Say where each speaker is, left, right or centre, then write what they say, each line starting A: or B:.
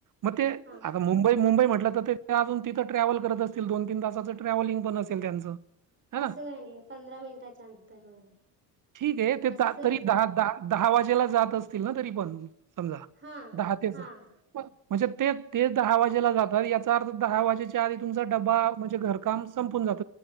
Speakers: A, on the right; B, on the right.
A: म ते
B: हा
A: आ मुंबई मुंबई म्हटलं तर ते अजून तिथं ट्रॅव्हल करत असतील दोन तीन तासाचं ट्रॅवलिंग पण असेल त्यांचं है ना
B: असं काय नाही पंधरा मिनिटाच्या अंतरवर
A: ठीक आहे ते
B: वसई
A: तरी दहा दहा दहा वाजेला जात असते. तरी पण समजा
B: हा
A: दहा ते
B: हा
A: म्हणजे तेच तेच दहा वाजेला जातात याचा अर्थ दहा वाजेच्या आधी तुमचा डबा म्हणजे घर काम संपून जात.